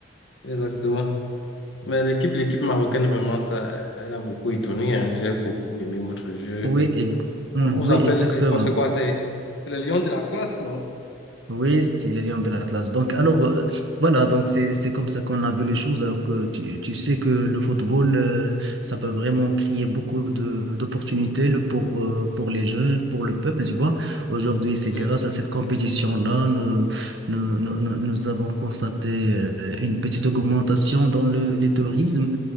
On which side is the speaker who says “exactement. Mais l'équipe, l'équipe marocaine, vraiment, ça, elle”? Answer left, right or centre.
Left